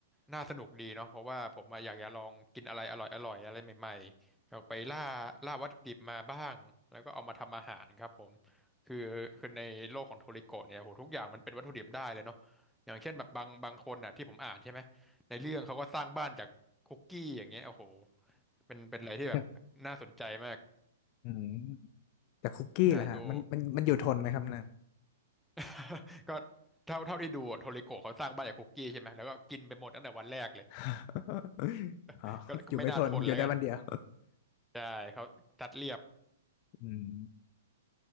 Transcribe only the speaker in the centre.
น่าสนุกดีเนาะเพราะว่าผมอะอยากจะลองกินอะไรอร่อยอร่อยอะไรใหม่ๆอยากไปล่าล่าวัตถุดิบมาบ้างแล้วก็เอามาทำอาหารครับผมคือคือในโลกของโทริโกะเนี่ยโหทุกอย่างมันเป็นวัตถุดิบได้เลยเนาะอย่างเช่นแบบบางบางคนน่ะที่ผมอ่านใช่ไหมในเรื่องเขาก็สร้างบ้านจากคุกกี้อย่างเงี้ยโอ้โหเป็นเป็นอะไรที่แบบน่าสนใจมาก
ใช่ดู <laughs> ก็เท่าเท่าที่ดูอะโทริโกะเขาสร้างบ้านจากคุกกี้ใช่ไหมแล้วก็กินไปหมดตั้งแต่วันแรกเลย
<laughs> ก็ก็ไม่น่าทนแล้วกันใช่เขาตัดเรียบ